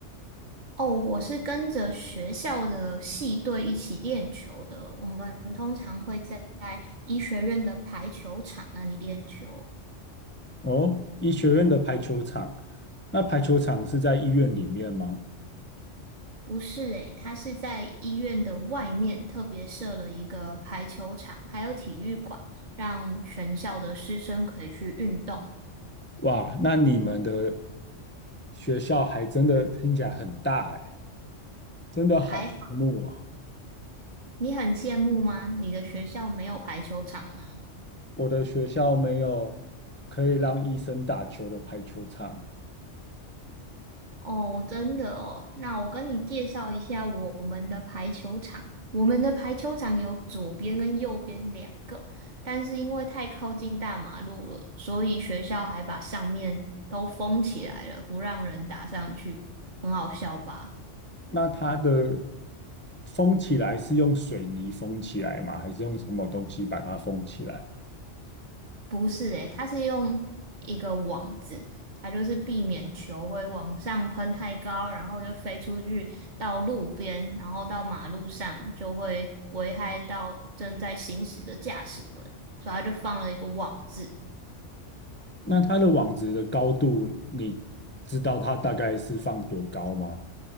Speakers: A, on the right; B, on the left.
A: 哦，我是跟着学校的系队一起练球的。我们通常会在医学院的排球场那里练球。
B: 哦，医学院的排球场，那排球场是在医院里面吗？
A: 不是诶，他是在医院的外面特别设了一个排球场，还有体育馆，让全校的师生可以去运动。
B: 哇，那你们的学校还真的听起来很大哎，真的好羡慕啊！
A: 还好，你很羡慕吗？你的学校没有排球场吗？
B: 我的学校没有可以让医生打球的排球场。
A: 哦，真的哦，那我跟你介绍一下我们的排球场。我们的排球场有左边跟右边两个，但是因为太靠近大马路了，所以学校还把上面都封起来了，不让人打上去，很好笑吧？
B: 那它的封起来是用水泥封起来吗？还是用什么东西把它封起来？
A: 不是诶，它是用一个网子，它就是避免球会往上喷太高，然后就飞出去到路边，然后到马路上，就会危害到正在行驶的驾驶们，所以它就放了一个网子。
B: 那它的网子的高度，你知道它大概是放多高吗？